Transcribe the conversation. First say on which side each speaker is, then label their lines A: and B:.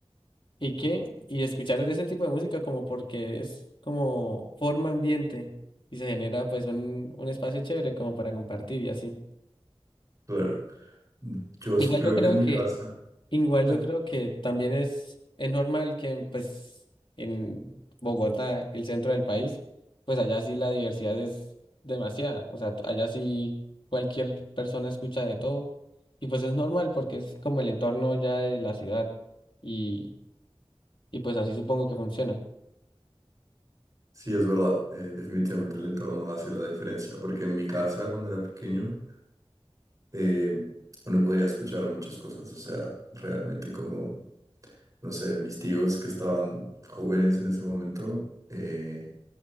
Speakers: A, on the left; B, on the right.
A: y qué, y escuchar de ese tipo de música como porque es como forma ambiente y se genera pues un, un espacio chévere como para compartir y así.
B: claro. Yo
A: Igual
B: sí creo
A: yo creo
B: que en mi
A: que
B: casa,
A: Igual
B: ay,
A: yo creo que también es, es normal que pues en Bogotá, el centro del país, pues allá sí la diversidad es demasiada. O sea, t- allá sí cualquier persona escucha de todo. Y pues es normal porque es como el entorno ya de la ciudad. Y, y pues así supongo que funciona.
B: sí es verdad, eh, definitivamente el entorno hace la diferencia, porque en mi casa cuando era pequeño eh, uno podía escuchar muchas cosas, o sea, realmente como, no sé, mis tíos que estaban jóvenes en ese momento, eh,